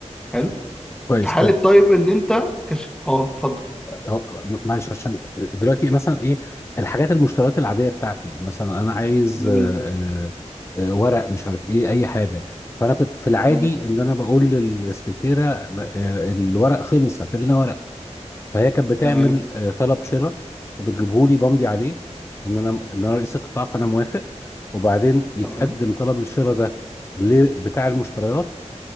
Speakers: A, in the centre; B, on the left (about 20°).
A: حلو
B: كويس
A: في حاله
B: طيب
A: طيب ان انت كش... اه اتفضل
B: آه، معلش عشان دلوقتي مثلا ايه الحاجات المشتريات العاديه بتاعتي مثلا انا عايز
A: جميل
B: آه، آه، آه، ورق مش عارف ايه اي حاجه فانا كنت في العادي
A: تمام
B: ان انا بقول للسكرتيره آه، الورق خلص هات لنا ورق فهي كانت بتعمل
A: تمام
B: آه، طلب شراء وبتجيبه لي بمضي عليه ان انا ان انا رئيس القطاع فانا موافق وبعدين يتقدم
A: تمام
B: طلب الشراء ده لبتاع المشتريات